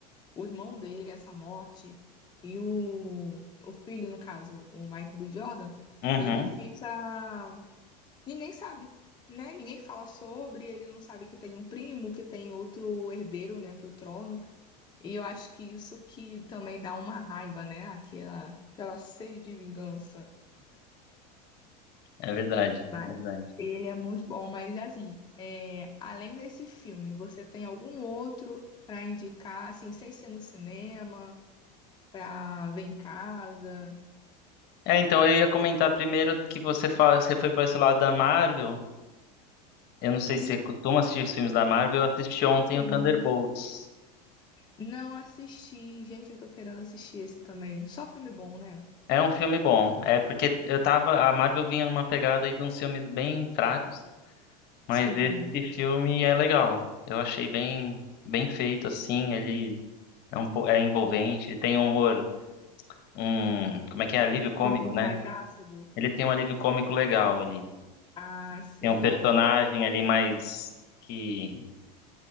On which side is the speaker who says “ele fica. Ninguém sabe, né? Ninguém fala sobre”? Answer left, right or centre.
Left